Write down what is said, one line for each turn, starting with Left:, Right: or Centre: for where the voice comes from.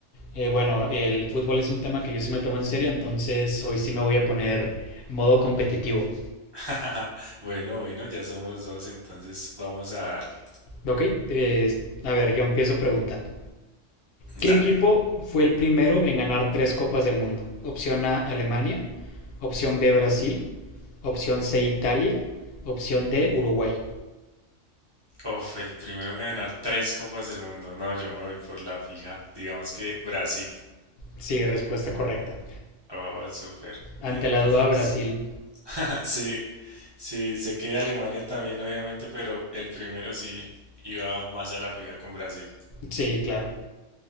Left: Eh, bueno, el fútbol es un tema que yo sí me tomo en serio, entonces hoy sí me voy a poner modo competitivo.
Right: <laughs> Bueno, bueno, ya somos dos, entonces vamos a darle.
Left: Ok, eh, a ver, yo empiezo preguntando. ¿Qué
Right: Dale.
Left: equipo fue el primero en ganar tres copas del mundo? Opción A, Alemania. Opción B, Brasil. Opción C, Italia. Opción D, Uruguay.
Right: Uf, el primero en ganar tres copas del mundo. No, yo me voy por la fija. Digamos que Brasil.
Left: Sí, respuesta correcta.
Right: Oh, súper. Bien,
Left: Ante
Right: empezamos.
Left: la duda, Brasil.
Right: <laughs> Sí, sí, sé que Alemania también, obviamente, pero el primero sí iba más a la fija con Brasil.
Left: Sí, claro.